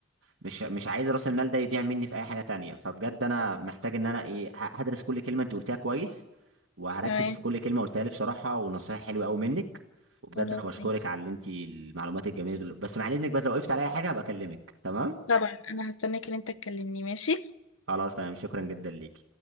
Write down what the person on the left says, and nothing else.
تمام
خلاص
ماشي
طبعا انا هستناك ان انت تكلمني ماشي